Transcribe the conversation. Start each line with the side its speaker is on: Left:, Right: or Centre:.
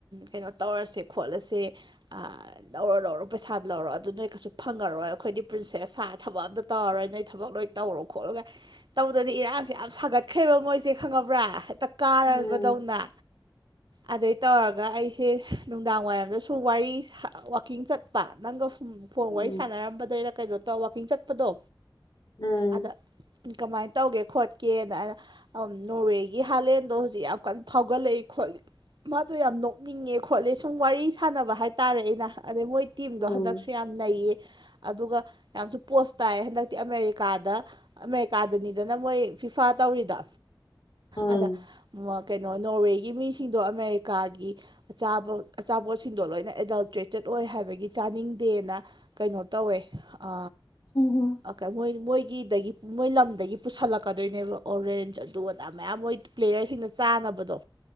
Right: ꯀꯩꯅꯣ ꯇꯧꯔꯁꯦ ꯈꯣꯠꯂꯁꯦ ꯑ ꯂꯧꯔꯣ ꯂꯧꯔꯣ ꯄꯩꯁꯥ ꯂꯧꯔꯣ ꯑꯗꯨ ꯅꯣꯏ ꯀꯩꯁꯨ ꯐꯪꯉꯔꯣꯏ ꯑꯩꯈꯣꯏꯗꯤ ꯄ꯭ꯔꯤꯟꯁꯦꯁ ꯁꯥꯔ ꯊꯕꯛ ꯑꯝꯇ ꯇꯧꯔꯔꯣꯏ ꯅꯣꯏ ꯊꯕꯛ ꯂꯣꯏ ꯇꯧꯔꯣ ꯈꯣꯠꯂꯣꯒꯥꯢꯅ ꯇꯧꯗꯗꯤ ꯏꯔꯥꯡꯁꯦ ꯌꯥꯝ ꯁꯥꯒꯠꯈ꯭ꯔꯦꯕ ꯃꯣꯏꯁꯦ ꯈꯪꯉꯕ꯭ꯔꯥ ꯍꯦꯛꯇ ꯀꯥꯔꯕꯗꯧꯅ
Left: ꯎꯝ <inaudible>
Right: ꯑꯗꯩ ꯇꯧꯔꯒ ꯑꯩꯁꯦ ꯅꯨꯡꯗꯥꯡ ꯋꯥꯏꯔꯝꯗꯁꯨ ꯋꯥꯔꯤ ꯋꯥꯀꯤꯡ ꯆꯠꯄ ꯅꯪꯒ ꯐꯣꯟ
Left: ꯎꯝ
Right: ꯋꯥꯔꯤ ꯁꯥꯟꯅꯔꯝꯕꯗꯩꯔ ꯀꯩꯅꯣ ꯇꯧꯔ ꯋꯥꯛꯀꯤꯡ ꯆꯠꯄꯗꯣ
Left: ꯎꯝ
Right: ꯑꯗ ꯀꯃꯥꯏꯅ ꯇꯧꯒꯦ ꯈꯣꯠꯀꯦꯅ ꯑꯗ ꯅꯣꯔꯋꯦꯒꯤ ꯍꯥꯂꯦꯟꯗꯣ ꯍꯧꯖꯤꯛ ꯌꯥꯝ ꯀꯟꯅ ꯐꯥꯎꯒꯠꯂꯛꯏ ꯈꯣꯠꯂꯤ ꯃꯥꯗꯣ ꯌꯥꯝ ꯅꯣꯛꯅꯤꯡꯉꯦ ꯈꯣꯠꯂꯦ ꯁꯨꯝ ꯋꯥꯔꯤ ꯁꯥꯟꯅꯕ ꯍꯥꯏꯇꯥꯔꯦ ꯑꯩꯅ ꯑꯗꯩ ꯃꯣꯏ ꯇꯤꯝꯗꯣ
Left: ꯎꯝ
Right: ꯍꯟꯗꯛꯁꯨ ꯌꯥꯝ ꯅꯩꯌꯦ ꯑꯗꯨꯒ ꯌꯥꯝꯁꯨ ꯄꯣꯁ ꯇꯥꯏ ꯍꯟꯗꯛꯇꯤ ꯑꯃꯦꯔꯤꯀꯥꯗ ꯀꯥꯗꯅꯤꯗꯅ ꯃꯣꯏ ꯐꯤꯐꯥ ꯇꯧꯔꯤꯗꯣ
Left: ꯎꯝ
Right: ꯑꯗ ꯀꯩꯅꯣ ꯅꯣꯔꯋꯦꯒꯤ ꯃꯤꯁꯤꯡꯗꯣ ꯑꯃꯦꯔꯤꯀꯥꯒꯤ ꯑꯆꯥꯕ ꯑꯆꯥꯄꯣꯠꯁꯤꯡꯗꯣ ꯂꯣꯏꯅ ꯑꯦꯗꯜꯇ꯭ꯔꯦꯇꯦꯠ ꯑꯣꯏ ꯍꯥꯏꯕꯒꯤ ꯆꯥꯅꯤꯡꯗꯦꯅ ꯀꯩꯅꯣ ꯇꯧꯋꯦ ꯑ
Left: ꯍꯝ ꯍꯝ
Right: ꯑꯣꯀ ꯃꯣꯏ ꯃꯣꯏꯒꯤꯗꯒꯤ ꯃꯣꯏ ꯂꯝꯗꯒꯤ ꯄꯨꯁꯜꯂꯛꯀꯗꯣꯏꯅꯦꯕ ꯑꯣꯔꯦꯟꯖ ꯑꯗꯨ ꯑꯗꯥ ꯃꯌꯥꯝ ꯃꯣꯏ ꯄ꯭ꯂꯦꯌꯔꯁꯤꯡꯅ ꯆꯥꯅꯕꯗꯣ